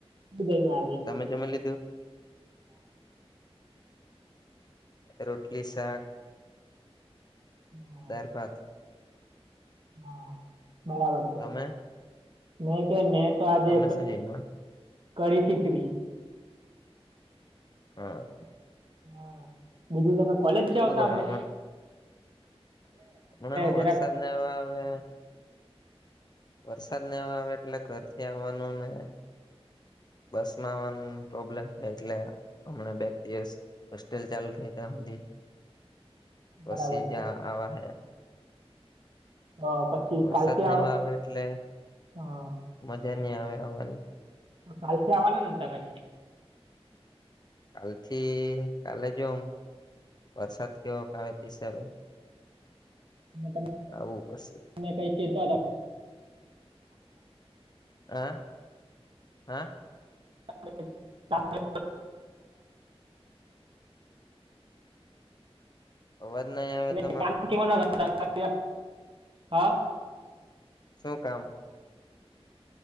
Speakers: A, on the right; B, on the left.
A: હું જય મા.
B: તમે જમે લીધું. રોટલી શાક
A: હા
B: દાળભાત.
A: હા બરાબર. <unintelligible>
B: તમે.
A: નહી કે મેં તો આજે
B: તમે શું જમ્યા
A: કડી ખીચડી.
B: હા.
A: હા બીજું તમે કોલેજ છે આવતા
B: શું કરો
A: હડે.
B: હમણા હું
A: જરાક
B: વરસાદ નાને એવા આવે. વરસાદ નને આવે એટલે ઘર થી આવવાનું ને. બસ માં પ્રોબ્લેમ થ એટલેમ. હોસ્ટેલ ચાલુ થઈ ત્યા સુધી પછી
A: બરાબર છે.
B: જ્યાં આવા હે.
A: હ પછી
B: વરસાદ
A: કાલથી
B: ને
A: આવ
B: એવા આવે એટલે
A: હા.
B: મજા નઈ આવે આવવાની.
A: કાલથી આવવાના તમે.
B: કાલ થી કાલે જોમ વરસાદ કેવોક આવે તે હિસાબે.
A: મ. <unintelligible>
B: આવું પશી.
A: ને કઈ કેહેતા હતા.
B: હ હા
A: ત <unintelligible>
B: અવાજ નહી આવે તમારો
A: એ કામ કેવા નતા હા <unintelligible>
B: શું કામ?